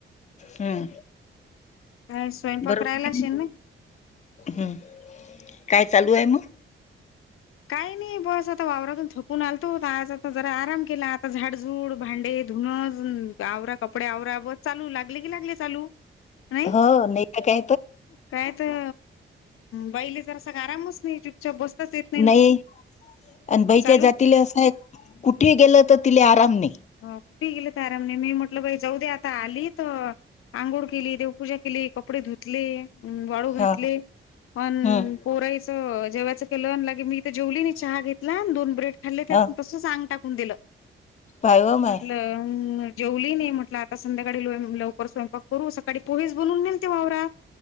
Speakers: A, on the left; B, on the left.
A: हम्म.
B: का स्वयंपाकरायला,
A: बरोबर
B: शेन नाही.
A: हम्म काय चालू आहे मग
B: काही नाही. बस आता वावरातून थकून आलतो होता आज आता जरा आराम केला आता झाडजूड भांडे धुण हम आवरा कपडे आवरा ब चालू लागले की लागले चालू. नाही
A: हो नाही का काही
B: काय तर बाईले जर सगळ आरामच नाही चुपचप बसतच येत.
A: नाही आणि बाईच्या
B: चालू
A: जातीला असं आहे कुठे गेलं तर तिला आराम नाही.
B: हो. कुठे गेले तर आरामने मी म्हटलं बाई जाऊद्या आता आली तर आंघोळ केली देवपूजा केली कपडे धुतले वाळू घातले
A: हा
B: पण
A: हम्म
B: पोराई जेवायचं केलं अन लगेच मी इथ जेवली नाही, चहा घेतला दोन ब्रेड खाल्ले त्यात
A: हा
B: तसं आगं टा कून दिलं,
A: पाय हो
B: म्हटलं
A: माय
B: जेवली नाही, म्हटलं आता संध्याकाळी लवकर स्वयंक करू, सक पोहेस बनून नेल ते वावरात,